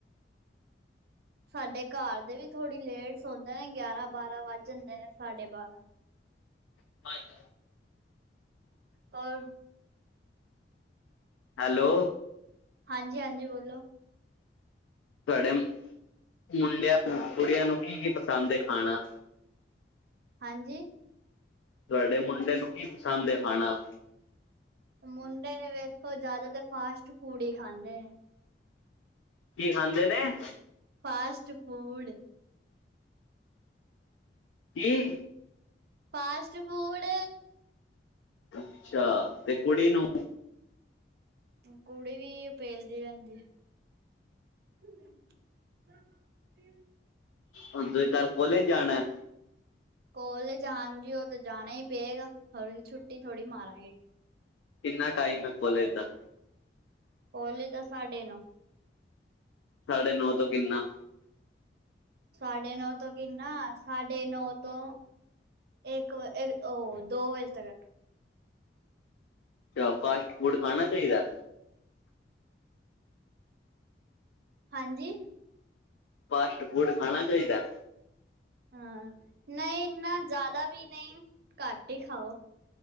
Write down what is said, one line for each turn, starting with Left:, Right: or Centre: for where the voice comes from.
Right: ਸਾਡੇ ਘਰ ਦੇ ਵੀ ਥੋੜ੍ਹੀ ਲੇਟ ਸੌਦੇ ਨੇ ਗਿਆਰਾਂ ਬਾਰਾਂ ਵੱਜ ਜਾਂਦੇ ਨੇ ਸਾਡੇ ਬਾਰਾਂ।
Left: <unintelligible>
Right: ਔਰ
Left: ਹੈਲੋ,
Right: ਹਾਂਜੀ ਹਾਂਜੀ ਬੋਲੋ।
Left: ਤੁਹਾਡੇ ਮੁੰਡਿਆਂ ਨੂੰ ਕੁੜੀਆਂ ਨੂੰ ਕੀ ਕੀ ਪਸੰਦ ਐ ਖਾਣਾ?
Right: ਹਾਂਜੀ।
Left: ਤੁਹਾਡੇ ਮੁੰਡੇ ਨੂੰ ਕੀ ਪਸੰਦ ਐ ਖਾਣਾ।
Right: ਮੁੰਡੇ ਨੇ ਵੇਖੋ ਜ਼ਿਆਦਾ ਤਾਂ ਫਾਸਟ ਫੂਡ ਈ ਖਾਂਦੇ ਨੇ।
Left: ਕੀ ਖਾਂਦੇ ਨੇ?
Right: Fast food.
Left: ਕੀ?
Right: Fast food.
Left: ਅੱਛਾ ਤੇ ਕੁੜੀ ਨੂੰ?
Right: ਕੁੜੀ ਵੀ ਪੇਲਦੀ ਰਹਿੰਦੀ। <inaudible>
Left: ਹੁਣ ਤੁਸੀਂ ਕੱਲ ਕੋਲੇਜ ਜਾਣਾ।
Right: ਕੋਲੇਜ ਹਾਂਜੀ ਉਹ ਤਾਂ ਜਾਣਾ ਈ ਪਏਗਾ ਹੁਣ ਛੁੱਟੀ ਥੋੜ੍ਹੀ ਮਾਰਾਂਗੀ।
Left: ਕਿੰਨਾ ਟਾਈਮ ਐ ਕੋਲੇਜ ਦਾ।
Right: ਕੋਲੇਜ ਦਾ ਸਾਢੇ ਨੌ।
Left: ਸਾਢੇ ਨੌ ਤੋਂ ਕਿੰਨਾ?
Right: ਸਾਢੇ ਨੌ ਤੋਂ ਕਿੰਨਾ, ਸਾਢੇ ਨੌ ਤੋਂ ਏੱਕ ਵ ਏੱਕ ਓ ਦੋ ਵਜੇ ਤੱਕ ਹੈ।
Left: ਕਯਾ ਫਾਸਟ ਫੂਡ ਖਾਣਾ ਚਾਈਦੈ?
Right: ਹਾਂਜੀ।
Left: ਫਾਸਟ ਫੂਡ ਖਾਣਾ ਚਾਈਦੈ?
Right: ਹਾਂ ਨਈ ਇੰਨਾ ਜਾਦਾ ਵੀ ਨਈ ਘੱਟ ਈ ਖਾਓ।